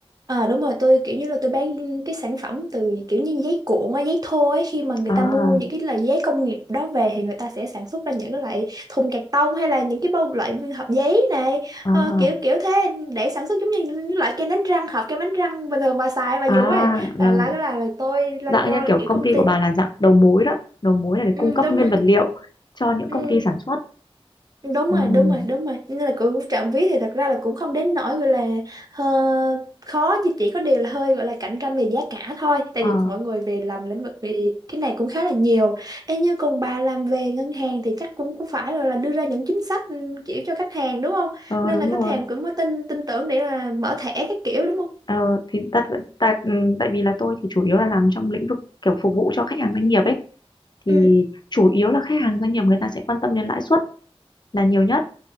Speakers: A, on the right; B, on the left.
A: Ờ đúng rồi tôi kiểu như là tôi bán cái sản phẩm từ kiểu như giấy cuộn á, giấy thô ấy khi mà người
B: À
A: ta mua những cái loại giấy công nghiệp đó về thì người ta sẽ sản xuất ra những cái loại thùng cạc tông hay là những cái bao loại hộp giấy này
B: à
A: Ờ, kiểu kiểu thế để sản xuất giống như những loại kem đánh răng hộp kem đánh răng bình thường bà xài bà
B: à
A: dùng ấy
B: rồi,
A: là là là, là tôi là
B: dạng
A: do
B: như
A: là
B: kiểu
A: kiểu
B: công
A: công
B: ty
A: ty
B: của bà là dạng đầu mối đó, đầu mối là để
A: ừ,
B: cung cấp
A: đúng
B: nguyên
A: rồi.
B: vật liệu cho những
A: Ừ,
B: công ty sản xuất.
A: đúng
B: Ừm,
A: rồi đúng rồi đúng rồi nên là cũng trộm vía thì thật ra là cũng không đến nỗi gọi là ờ, khó nhưng chỉ có điều là hơi gọi là cạnh tranh về giá cả thôi tại
B: ờ
A: vì mọi người về làm lĩnh vực về cái này cũng khá là nhiều Ê, như còn bà làm về ngân hàng thì chắc cũng cũng phải rồi là đưa ra những chính sách ừ, kiểu cho khách hàng đúng không
B: ờ,
A: nên
B: đúng
A: là khách
B: rồi.
A: hàng cũng mới tin tin tưởng để là mở thẻ cái kiểu đúng không
B: Ờ, thì tại, tại tại vì là tôi thì chủ yếu là làm trong lĩnh vực kiểu phục vụ cho khách hàng doanh nghiệp ấy thì
A: ừ
B: chủ yếu là khách hàng doanh nghiệp người ta sẽ quan tâm đến lãi suất là nhiều nhất